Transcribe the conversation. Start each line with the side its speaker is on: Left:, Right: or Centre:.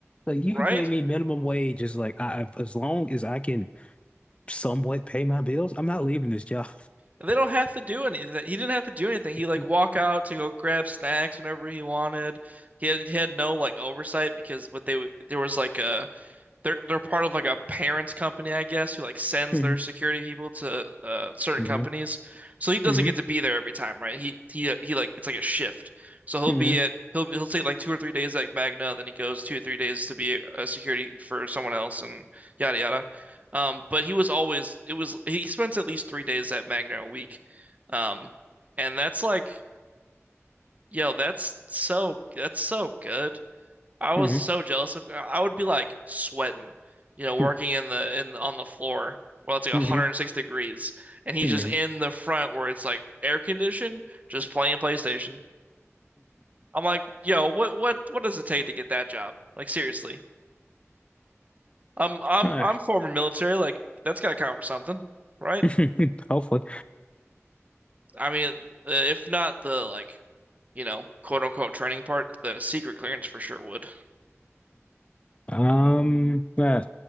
Left: Like you
Right: right?
Left: can pay me minimum wage, Is like I, I- as long as I can somewhat pay my bills, I'm not leaving this job.
Right: And They don't have to do anything. He didn't have to do anything. He
Left: <laughs>
Right: like walk out to go grab snacks whenever he wanted. He had, he had no like oversight because what they w- there was like a they're they're part of like a parents company, I guess, who like sends
Left: hmm
Right: their security people to uh, certain
Left: hmm
Right: companies. So he doesn't
Left: hmm
Right: get to be there every time, right? He he uh, he like it's like a shift. So he'll
Left: hmm
Right: be at he'll he'll take like two or three days like Magna, then he goes two or three days to be a security for someone else and yada yada. Um, but he was always it was he spends at least three days at Magna a week, um, and that's like yo, that's so that's so good. I was
Left: hmm
Right: so jealous of I would be like sweating, you know, working
Left: Mhm,
Right: in the in on the floor where it's like 106
Left: mhm,
Right: degrees and he's
Left: mhm.
Right: just in the front where it's like air conditioned, just playing PlayStation. I'm like, yo, what what what does it take to get that job? Like seriously. I'm I'm
Left: Ah,
Right: I'm former military, like that's gotta count for something, right?
Left: <laughs> Hopefully.
Right: I mean, uh, if not the like, you know, quote unquote training part, the secret clearance for sure would,
Left: Um, uh,